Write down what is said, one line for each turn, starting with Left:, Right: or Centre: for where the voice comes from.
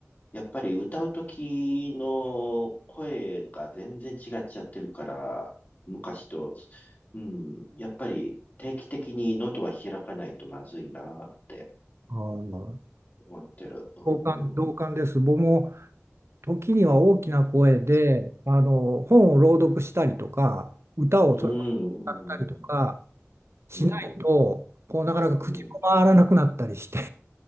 Left: やっぱり歌う時の声が全然違っちゃってるから、昔と、うん、やっぱり定期的に喉は開かないとまずいなって
Right: あー
Left: 思ってる。うん、
Right: 同感、同感です。僕も時には大きな声であの本を朗読したりとか歌をそれこそ歌ったりとか
Left: うん、うん、
Right: しないとこうなかなか口も回らなくなったりして
Left: うん、うん